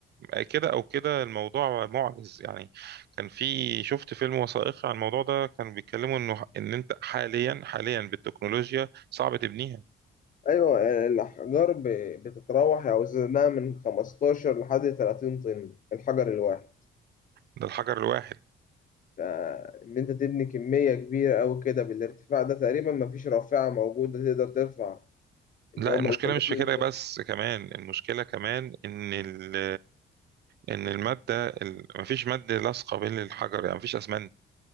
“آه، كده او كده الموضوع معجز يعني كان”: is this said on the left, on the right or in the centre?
Right